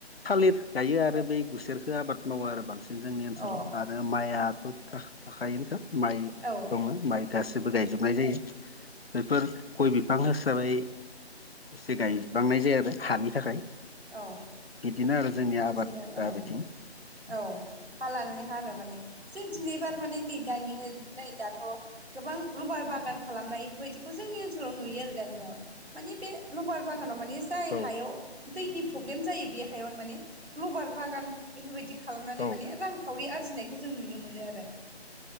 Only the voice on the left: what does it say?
थालिर गायो आरो बै गुसेरखौ आबाद मावो आरो बांसिन
ओनसाव आरो माइआथ' थाखोनखा माइ
दङ माइ गासैबो गायजोबनाय जायो बेफोर गय बिफां हिसाबै एसे गायबांनाय जायो आरो हानि थाखाय
बिदिनो आरो जोंनि
आबादा
बिथिं।
औ
औ